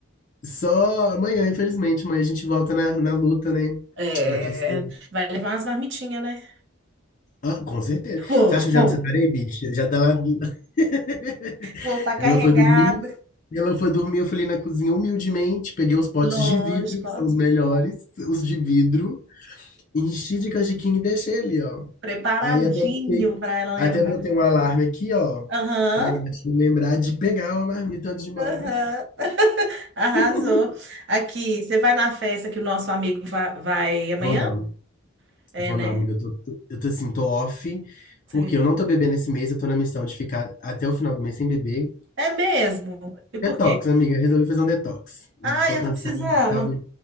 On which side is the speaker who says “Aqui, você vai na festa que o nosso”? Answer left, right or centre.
Right